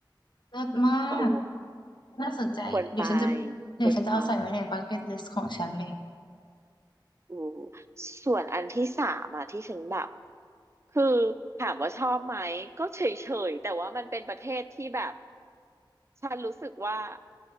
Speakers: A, on the left; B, on the right.
A: เลิศมาก
B: โอ้
A: น่าสนใจเดี๋ยวฉันจะ
B: ควรไป
A: เดี๋ยวฉันจะเอาใส่ไว้ในบักเก็ตลิสต์ของฉันเลย
B: ควรไปอู้ส่วนอันที่สามอ่ะที่ฉันแบบคือถามว่าชอบไหมก็เฉยๆแต่ว่ามันเป็นประเทศที่แบบฉันรู้สึกว่า